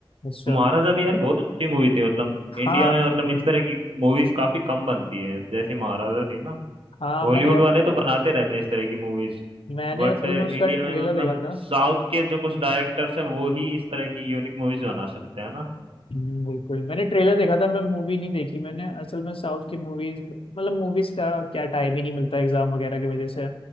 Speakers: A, on the left; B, on the right.
A: अच्छा
B: महाराजा भी यार बहुत अच्छी मूवी थी मतलब इंडिया
A: हाँ
B: में मतलब इस तरह की मूवीज काफी कम बनती है जैसी महाराजा थी ना
A: हाँ
B: हॉलीवुड
A: मैंने
B: वाले तो बनाते रहते हैं इस तरह की मूवीज
A: मैंने
B: बट
A: असल
B: इंडिया
A: में उसका ट्रेलर
B: में मतलब
A: देखा था
B: साउथ के जो कुछ डायरेक्टर्स हैं वो ही इस तरह की यूनिक मूवीज बना सकते हैं ना
A: हम्म, बिल्कुल मैंने ट्रेलर देखा था मैं मूवी नहीं देखी मैंने असल में साउथ की मूवीज मतलब मूवीज का क्या टाइम ही नहीं मिलता एग्जाम वगैरह की वजह से